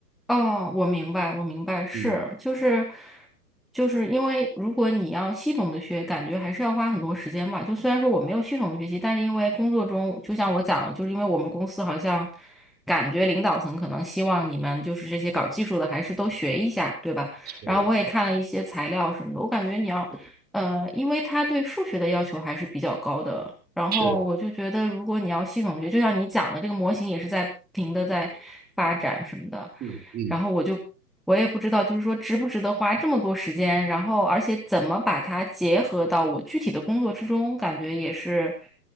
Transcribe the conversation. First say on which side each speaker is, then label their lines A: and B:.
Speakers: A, in the centre; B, on the right (about 20°).
A: 哦，我明白，我明白，是，
B: 嗯，
A: 就是，就是因为如果你要系统的学，感觉还是要花很多时间吧。就虽然说我没有系统的学习，但是因为工作中，就像我讲的，就是因为我们公司好像感觉领导层可能希望你们就是这些搞技术的还是都学一下，对吧？
B: 是
A: 然后我也看了一些材料什么的，我感觉你要，呃，因为他对数学的要求还是比较高的。然后我就觉得，
B: 是，
A: 如果你要系统地学，就像你讲的，这个模型也是在不停的在发展什么的。
B: 嗯嗯，
A: 然后我就我也不知道，就是说值不值得花这么多时间，然后而且怎么把它结合到我具体的工作之中，感觉也是